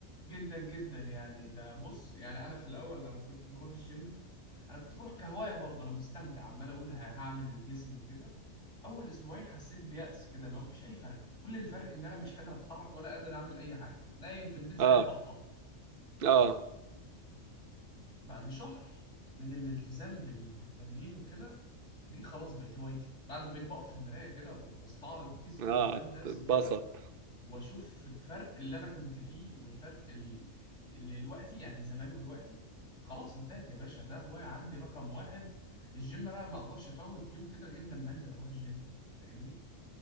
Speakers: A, on the left (about 60°); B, on the right (about 45°).
A: جدا جدا يعني ده بص يعني انا في الاول لما كنت بروح الجيم انا كنت بروح كهواية برضه انا مستمتع عمال اقول ه- هعمل جسم وكده اول اسبوعين حسيت بيأس كده اللي هو مفيش اي فرق كل الفرق ان انا مش قادر اتحرك ولا قادر اعمل اي حاجة نايم في البيت زي
B: اه
A: البطة
B: اه
A: بعد شهر من الالتزام بال... بالتمرين وكده دي خلاص بقت هوايتي بعد ما بقيت بقف في المراية كده واستعرض جسمي
B: اه
A: قدام نفسي
B: اتبسط
A: كده واشوف الفرق اللي انا كنت فيه والفرق ال- اللي دلوقتي يعني زمان ودلوقتي خلاص انتهت يا باشا ده هواية عندي رقم واحد الجيم انا ما اقدرش افوت يوم كده غير لما انزل اروح الجيم فاهمني